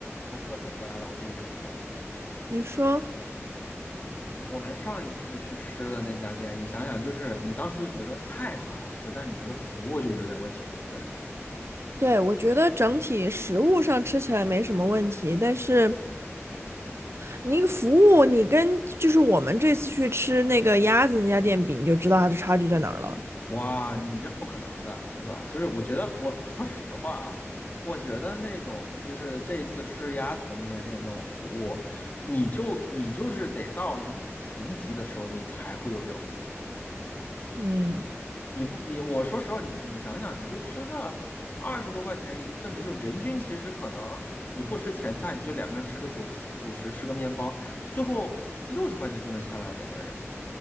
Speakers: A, on the left; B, on the right.
A: 我喝水回来了，我继续跟你说啊。
B: 你说，
A: 我们上一次去吃的那家店，你想想，就是你当时就觉得菜是好吃，但你觉得服务就有点问题，对不对？
B: 对，我觉得整体食物上吃起来没什么问题，但是你服务，你跟就是我们这次去吃那个鸭子那家店比，你就知道它的差距在哪儿了。
A: 哇，你这不可能的，对吧？就是我觉得，我说实话啊，我觉得那种就是这一次吃鸭子的那家店那种服务，你就你就是得到一定层级的时候，你才会有这种服务的。
B: 嗯，
A: 你不你我说实话，你你想想，你就吃个二十多块钱一份的，就是人均其实可能你不吃前菜，你就两个人吃个主食主食，吃个面包，最后六十块钱就能下来了两个人。